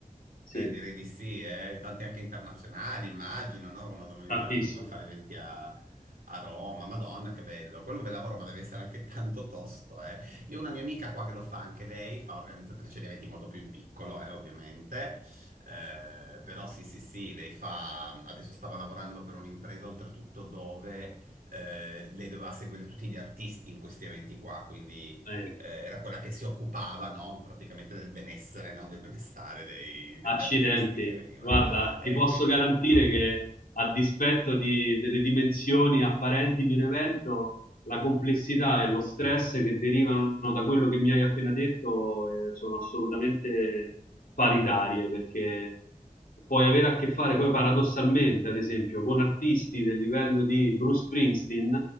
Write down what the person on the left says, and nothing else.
sì,
tantissimo.
Eh,
Accidenti,
guarda,
ti
posso
garantire
che a dispetto di- delle dimensioni apparenti di un evento, la complessità e lo stress che derivano da quello che mi hai appena detto, eh, sono assolutamente paritarie, perché puoi avere a che fare poi paradossalmente, ad esempio, con artisti del livello di Bruce Springsteen